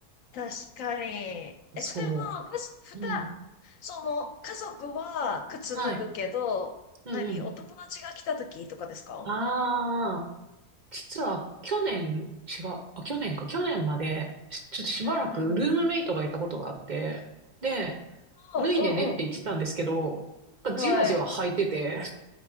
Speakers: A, on the left; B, on the right.
A: 確かに。え、
B: そ
A: それは、かし、ふた、
B: う。うん。
A: その、家族は靴脱ぐけど、
B: はい。うんうん。
A: 何、お友達が来た時とかですか
B: ああ、実は去年、違う。あ、去年か。去年まで、しちょっとしばらくルームメイトがいたことがあって、
A: うんうん。
B: で、
A: あうんう
B: 脱いでねって言ってたんですけど、なんかじわじわ履いてて、
A: ん。はい。